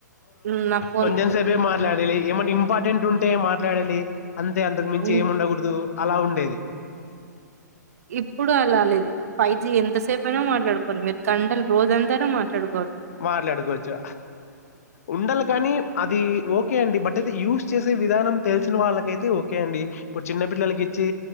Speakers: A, on the right; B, on the left.
A: మ్మ్ నాక్
B: కొంజెం సేపే మాట్లాడి లే ఏమన్నా ఇంపార్టెంట్ ఉంటే మాట్లాడాలి అంతే అంతకు మించి
A: హ్మ్.
B: ఏముండకూడదు అలా ఉండేది
A: ఇప్పుడు అలాలేదు ఫైవ్ జి ఎంతసేపు ఐనా మాట్లాడుకో. మీరు గంటలు రోజు అంతా ఐనా మాట్లాడుకో.
B: మాట్లాడుకోవచ్చు ఉండాల కానీ అది ఓకే అండి బట్ టైతే యూజ్ చేసే విధానం తెలిసిన వాళ్ళకైతే ఓకే అండి. ఇప్పుడు చిన్న పిల్లలకి ఇచ్చి